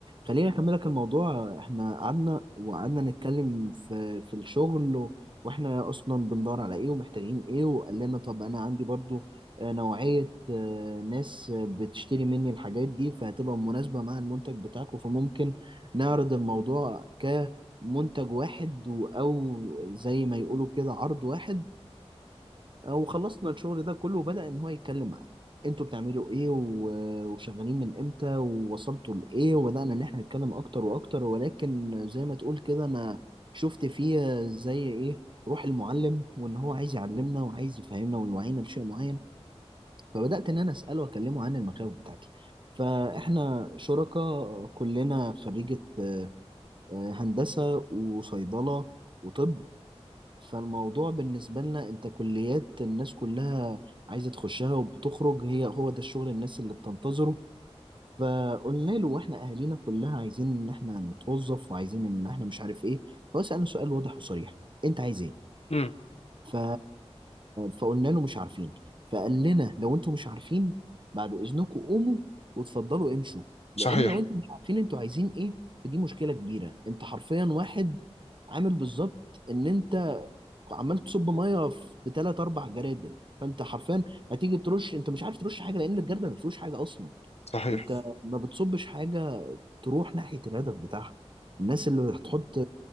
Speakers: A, on the right (about 50°); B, on the left (about 70°).
A: خليني اكملك الموضوع احنا قعدنا وقعدنا نتكلم في في الشغل و- واحنا اصلا بندور على ايه ومحتاجين ايه وقال لنا طب انا عندي برضو آه، نوعية آه، ناس آه، بتشتري مني الحاجات دي فهتبقى مناسبة مع المنتج بتاعكم فممكن نعرض الموضوع كمنتج واحد و- او زي ما يقولوا كده عرض واحد وخلصنا الشغل ده كله وبدأ إن هو يتكلم معايا انتوا بتعملوا ايه و- وشغالين من امتى ووصلتوا لايه وبدأنا ان احنا نتكلم اكتر واكتر ولكن زي ما تقول كده انا شفت فيه زي ايه روح المعلم وان هو عايز يعلمنا وعايز يفهمنا ويوعينا لشيء معين فبدأت ان انا اسأله واكلمه عن المخاوف بتاعتي فاحنا شركاء كلنا خريجة آه، هندسة وصيدلة وطب فالموضوع بالنسبة لنا انت كليات الناس كلها عايزة تخشها وبتخرج هي هو ده الشغل الناس اللي بتنتظره فقلنا له واحنا اهالينا كلها عايزين ان احنا نتوظف وعايزين ان احنا مش عارف ايه فسألنا سؤال واضح وصريح انت عايز ايه
B: امم
A: ف... فقلنا له مش عارفين فقال لنا لو انتوا مش عارفين بعد اذنكم قوموا وتفضلوا امشوا
B: صحيح
A: لان لو انتوا مش عارفين انتوا عايزين ايه فدي مشكله كبيره انت حرفيا واحد عامل بالظبط ان انت عمال تصب ميه في ثلاث اربع جرادل فانت حرفيا هتيجي ترش انت مش عارف ترش حاجه لان الجردل ما فيهوش حاجه اصلا
B: صحيح
A: انت ما بتصبش حاجه تروح ناحيه الهدف بتاعها الناس اللي هتحط